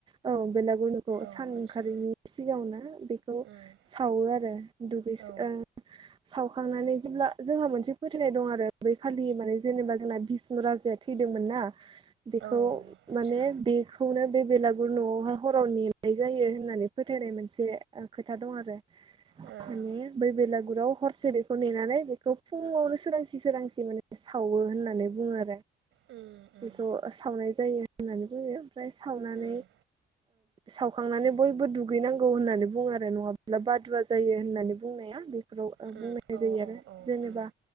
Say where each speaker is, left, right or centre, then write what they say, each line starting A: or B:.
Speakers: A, on the right; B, on the right.
A: औ बेलाग बेलागुरखौ
B: औ
A: सान ओंखारैनि
B: आदसा
A: सिगाङावनो बेखौ
B: उम
A: सावो आरो दुगैस
B: औ
A: सावखांनानै जेब्ला जोंहा मोनसे फोथायनाय दं आरो बै खालि माने जेनेबा जोंना भष्णु राजाया थैदों मोना बेखौ
B: औ आदसा
A: माने बे बेलागुर न'आवहाय हराव नेनाय जायो होननानै फोथायनाय मोनसे खोथा दं आरो
B: ओं
A: म बैला गुरुराव हरसे बेखौ नेनानै बेखौ फुङावनो सोरांसि सोरांसि माने सावो होननानै बुङो आरो
B: उम उम
A: बेखौ सावनाय जायो होननानै बुङो मफ्राय सावनानै
B: उम
A: सावखांनानै बयबो दुगैनांगौ होननानै बुङो आरो नङाब्लाबा बादुवा जायो होननानै बुंनाया फोराव
B: उम
A: बुंलनाय
B: औ
A: जायो आरो
B: औ
A: जेनेबा
B: उम